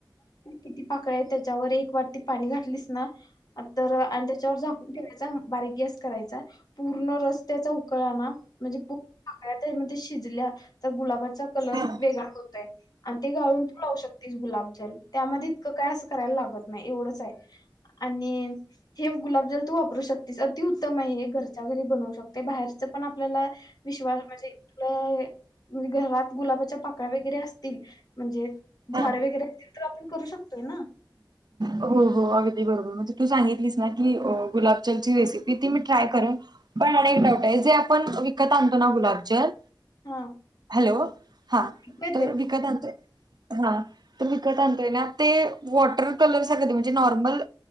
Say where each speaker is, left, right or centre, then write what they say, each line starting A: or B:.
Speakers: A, on the left; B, on the right.
A: किती पाकळ्या आहेत त्याच्यावर एक वाटी पाणी घातलीस ना पु तर आणि त्याच्यावर झाकून ठेवायचा बारीक गॅस करायचा पूर्ण रस्ताचा. कळलना म्हणजे पूर्णकळ्या त्यामध्ये शिजल्या तर गुलाबाचा कलर
B: हा
A: वेगळा होतयं- आणि ते गाळून तू लावू शकतेस गुलाबजल त्यामध्ये काय असं करायला लागत नाही एवढं. चाय आणि हे गुलाबजल तू वापरू शकतेस अतिउत्तम आहे, हे घरच्या घरी बनवू शकते बाहेरचं पण आपल्याला. विश्वास म्हणजे तुला ऐ घरात गुलाबाच्या पाकळ्या वगैरे असतील म्हणजे झाड
B: हा
A: वगैरे असतील तर आपण करू शकतोय ना
B: हो हो अगदी बरोबर म्हणजे तू सांगितलीस ना की गुलाबजलची रेसिपी ती मी ट्राय करेन पण अ एक डाऊट आहे जे आपण विकत आणतो ना गुलाबजल
A: हा
B: हॅलो हां
A: येते
B: तर विकत आणतोय- हा तर विकत आणतोय ना ते वॉटर कलर सारख ते म्हणजे नॉर्मल